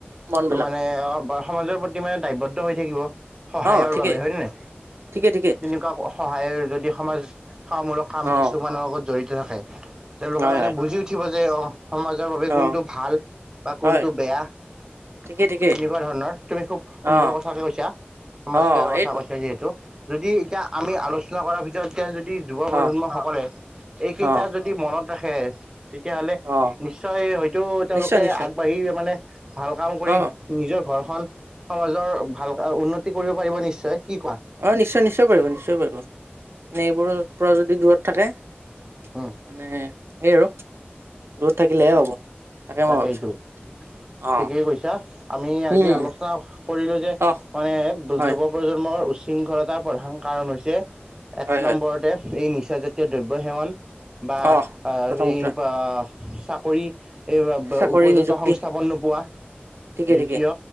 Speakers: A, on the right; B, on the right.
A: মন বিলাক
B: মানে অ সমাজৰ প্ৰতি মানে দায়বদ্ধ হৈ থাকিব। সহায়ৰ
A: অ ঠিকেই
B: বাবে হয় নে নাই,
A: ঠিকে ঠিকে
B: তেনেকুৱা সহায়ৰ যদি সমাজ সেৱামূলক কাম
A: অ
B: কিছু লগত জড়িত থাকে। তেওঁলোকে
A: হয়
B: মানে
A: হয়
B: বুজি উঠিব দে অঁ সমাজৰ বাবে কোনটো
A: অ
B: ভাল বা
A: হয়
B: কোনটো বেয়া, তেনেকুৱা
A: ঠিকেই ঠিকেই
B: ধৰণৰ তুমি খুব সুন্দৰ
A: অ
B: কথাকে কৈছা। সমাজ
A: অ
B: সেৱা কথা
A: এইটো
B: কৈছা যিহেতু যদি এতিয়া আমি আলোচনা কৰাৰ ভিতৰত এতিয়া যদি যুৱ প্ৰজন্ম
A: অ
B: সকলে এইকেইটা
A: অ
B: যদি মই মনত ৰাখে তেতিয়াহ'লে
A: অ
B: নিশ্চয় হয়তো তেওঁলোকে
A: নিশ্চয় নিশ্চয়
B: আগবাঢ়ি মানে ভাল কাম কৰি,
A: অ
B: নিজৰ ঘৰখন সমাজৰ ভালকে উন্নতি সি কৰিব পাৰিব নিশ্চয়। কি কোৱা
A: অঁ নিশ্চয়-নিশ্চয় পাৰিব, নিশ্চয় পাৰিব। মানে এইবোৰৰ পৰা যদি দূৰত থাকে মানে
B: উম
A: সেই আৰু। দূৰত থাকিলেহে হ'ব। তাকে
B: তাকেইটো,
A: মই ভাবিছো অ
B: ঠিকেই কৈছা আমি আজি
A: উম
B: আলোচনা কৰিলো যে
A: অ
B: মানে
A: হয়
B: যুৱ প্ৰজন্মৰ উচ্চ শৃংখলতাৰ প্ৰধান কাৰণ হৈছে এক
A: হয় হয়
B: নম্বৰতে এই নিচা জাতীয় দ্ৰব্য সেৱন বা
A: অ
B: আ
A: প্ৰথম
B: এই
A: কথা
B: সোপা চাকৰি <unintelligible>
A: চাকৰি
B: উপযুক্ত
A: নিযুক্তি
B: সংস্থাপন নোপোৱা <inaudible>
A: ঠিকে
B: দ্বিতীয়
A: ঠিকে